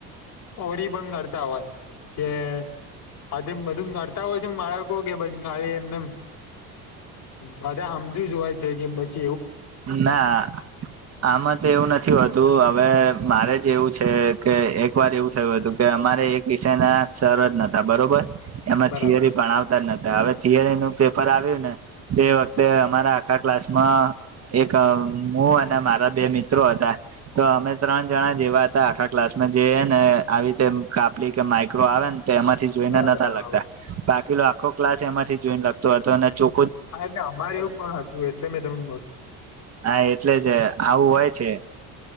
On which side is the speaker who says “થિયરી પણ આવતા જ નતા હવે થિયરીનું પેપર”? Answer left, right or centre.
Right